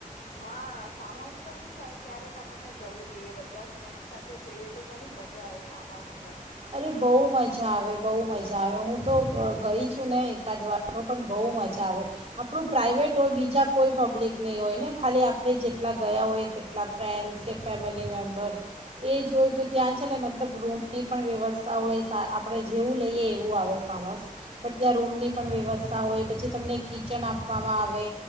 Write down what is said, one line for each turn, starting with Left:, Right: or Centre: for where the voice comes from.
Left: હા ફાર્મ હાઉસ પર ભી ક્યારેક આપણને જવું જોઈએ બધા ફ્રેન્ડસ સાથે જઈએ તો ઘણી મજા આવે ફાર્મ હાઉસ. પર.
Right: અરે બહુ મજા આવે બહુ મજા આવે હું તો ગઈ જ. શું ને એકાદ વાર તો પણ બહુ મજા આવે આપણું પ્રાઇવેટ હોય બીજા કોઈ પબ્લિક નહીં હોય ને ખાલી આપણે જેટલા ગયા હોય તેટલા ફ્રેન્ડ્સ કે ફેમિલી મેમ્બર્સ એ જો હોય તો ત્યાં છે ને મતલબ રૂમની. પણ વ્યવસ્થા હોય આપણે જેવું લઈએ એવું આવે ફાર્મ હાઉસ. બટ ત્યાં રૂમની
Left: હમ
Right: પણ વ્યવસ્થા. હોય પછી તમને કિચન આપવામાં આવે